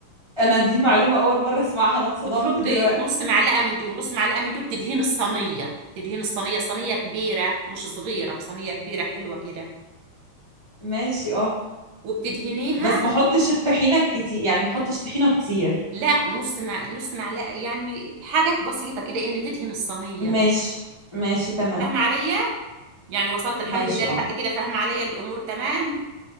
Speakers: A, on the left; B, on the right.
A: انا دي معلومة
B: وما-
A: اول مرة اسمعها انا اتصدمت
B: بتحطي
A: دلوقتي
B: نص معلقة من دي ونص معلقة من دي وبتدهين الصينية تدهين الصينية صينية كبيرة مش صغيرة صينية كبيرة حلوة كده
A: ماشي اه
B: وبتدهنيها
A: بس ما احطش الطحينه كتير يعني ما احطش طحينه كتير
B: لا نص مع نص معلقه يعني حاجات بسيطه كده ان تدهن الصينيه
A: ماشي ماشي تمام
B: فاهمه عليا يعني وصلت الحمد
A: ماشي
B: لله لحد
A: اه
B: كده فاهمه عليا الامور تمام